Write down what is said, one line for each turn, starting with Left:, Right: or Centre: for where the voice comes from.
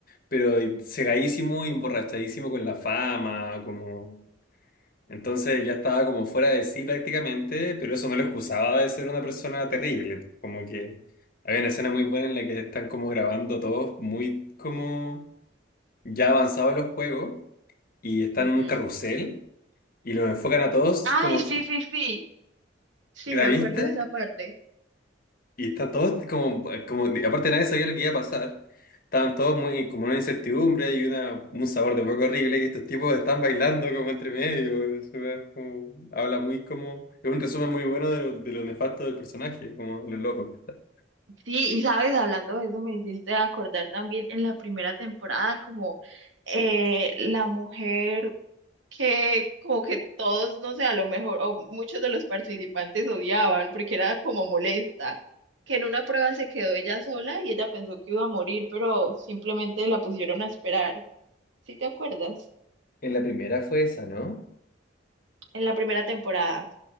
Left: Pero cegadísimo y emborrachadísimo con la fama, como. Entonces ya estaba como fuera de sí prácticamente, pero eso no lo excusaba de ser una persona terrible. Como que había una escena muy buena en la que están como grabando todos muy como ya avanzados los juegos y están
Right: Ujú.
Left: en un carrusel y los enfocan a todos
Right: Ay,
Left: como,
Right: sí, sí, sí. Sí,
Left: ¿la
Right: me acuerdo
Left: viste?
Right: de esa parte.
Left: Y están todos como, como, aparte nadie sabía lo que iba a pasar. Estaban todos muy, como en una incertidumbre y una, un sabor de hueco horrible. Y estos tipos están bailando como entre medio. Es una- como- habla muy como, es un resumen muy bueno de lo, de lo nefasto del personaje, como lo loco que está.
Right: Sí, y sabes, hablando de eso, me hiciste acordar también en la primera temporada, como eh, la mujer que como que todos, no sé, a lo mejor, o muchos de los participantes odiaban porque era como molesta, que en una prueba se quedó ella sola y ella pensó que iba a morir, pero simplemente la pusieron a esperar. ¿Sí te acuerdas?
Left: En la primera fue esa, ¿no?
Right: En la primera temporada.